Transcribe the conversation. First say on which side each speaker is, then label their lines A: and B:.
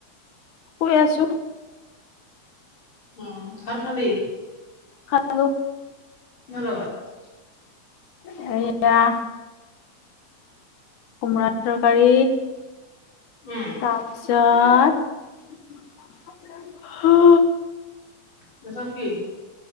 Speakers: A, on the left; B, on the left.
A: শুই আছো।
B: উম ভাত খালি?
A: খালো।
B: কিহৰ লগত?
A: সেইয়া কোমোৰা তৰকাৰী
B: উম
A: তাৰপিছত আহ।
B: তাচত কি?